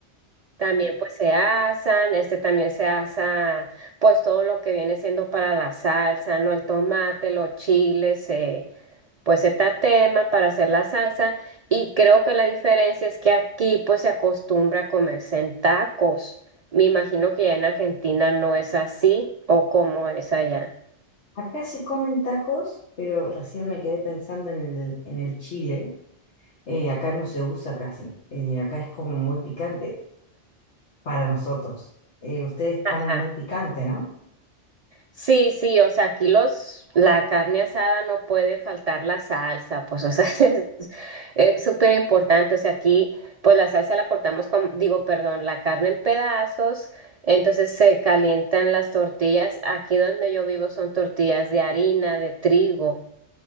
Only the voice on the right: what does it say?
También pues se asan, este también se asa pues todo lo que viene siendo para la salsa, ¿no? El tomate, los chiles, eh, pues se tateman para hacer la salsa y creo que la diferencia es que aquí pues se acostumbra a comerse en tacos. Me imagino que ya en Argentina no es así o como es allá.
Ajá.
Sí, sí, o sea, aquí los, la carne asada no puede faltar la salsa, pues, o sea, <laughs> es es súper importante, o sea, aquí, pues la salsa la cortamos con, digo, perdón, la carne en pedazos, entonces se calientan las tortillas, aquí donde yo vivo son tortillas de harina, de trigo,